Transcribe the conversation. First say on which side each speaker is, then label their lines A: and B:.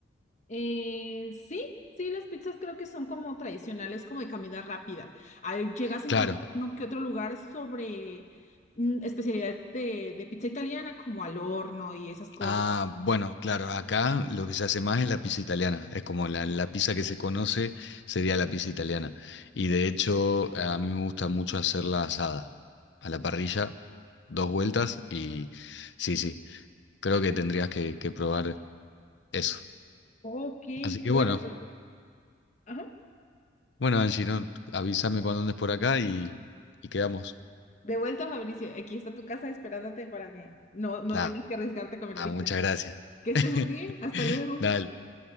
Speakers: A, on the left; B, on the left.
A: Eh, sí, sí, las pizzas creo que son como tradicionales, como de comida rápida. Ahí llegas a
B: Claro.
A: encontrar uno que otro lugar sobre mm, especialidad de, de pizza italiana, como al horno y esas cosas.
B: Ah, bueno, claro, acá lo que se hace más es la pizza italiana, es como la, la pizza que se conoce sería la pizza italiana. Y de hecho a mí me gusta mucho hacerla asada, a la parrilla, dos vueltas y sí, sí, creo que tendrías que, que probar eso.
A: Ok,
B: Así que
A: bueno,
B: bueno,
A: pues, ajá.
B: bueno Angie, ¿no? avísame cuando andes por acá y, y quedamos.
A: De vuelta, Fabricio, aquí está tu casa esperándote para que no, no
B: Nada,
A: tengas que arriesgarte a comer picante.
B: muchas gracias.
A: Que estés
B: <laughs>
A: muy bien, hasta luego.
B: Dale,